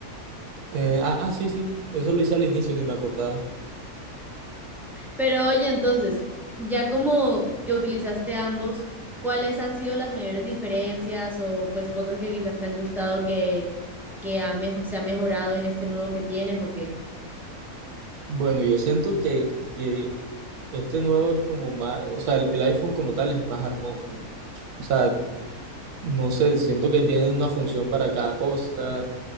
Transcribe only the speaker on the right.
Eh, ah, sí, sí, eso lo hice al inicio, ni me acordaba.
Bueno, yo siento que, que este nuevo es como más, o sea, el, el iPhone como tal es más armónico. O sea, no sé, siento que tiene una función para cada cosa,